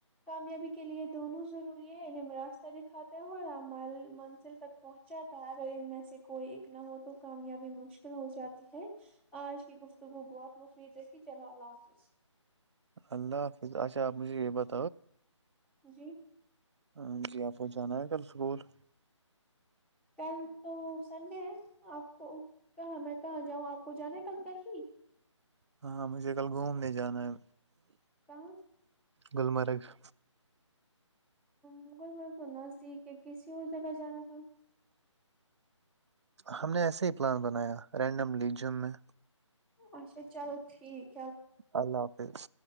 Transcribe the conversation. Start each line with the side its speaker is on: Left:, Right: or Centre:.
Centre: کامیابی کے لیے دونوں ضروری ہے علم راستہ دکھاتا ہو یا مل منزل تک پہنچاتا ہے اگر ان میں سے کوئی ا نہ ہو تو کامیابی مشکل ہو جاتی ہے آج کی گفتگو بہت مفید ر کہھی چلو اللہ حافظ
Right: اللہ حافظ اچھا آپ مجھے یہ بات
Centre: جی <unintelligible>
Right: ہاں جی آپ کو جانا ہے کل سکول <unintelligible>
Centre: کل تو سنڈے ہے آپ کو کہاں میں کہاں جاؤں آپ کو جانا ہے کل ت ہی
Right: ہاں مجھے کل گھومنے جانا ہے
Centre: کہ <unintelligible>
Right: گللمرگ <unintelligible>
Centre: مغل برگ تو نزدیک ہے کسی اور جگہ جانا <unintelligible> ہ <unintelligible>
Right: ہم نے ایسے ہی پلان بنایا رینڈم لی جم میں
Centre: اچھا چلو ٹھیک <unintelligible>
Right: اللہ حافظ